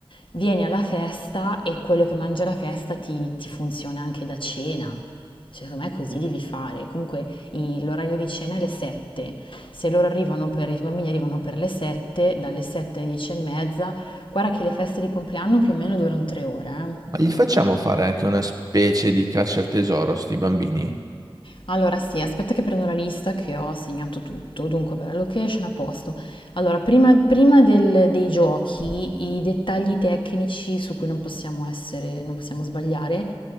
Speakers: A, on the left; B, on the right.
A: vieni alla festa e quello che mangi alla festa ti, ti funziona anche da cena. Cioè, Secondo me così devi fare. Comunque i- l'orario di cena è le 7. Se loro arrivano per, i bambini arrivano per le 7, dalle 7 alle 10 e mezza, Guarda che le feste di compleanno più o meno durano tre ore. eh.
B: Ma gli facciamo fare anche una specie di caccia al tesoro, sti bambini?
A: Allora sì, aspetta che prendo la lista che ho segnato tutto. Dunque, beh, la location a posto. Allora, prima, prima del- dei giochi, i dettagli tecnici su cui non possiamo essere, non possiamo sbagliare.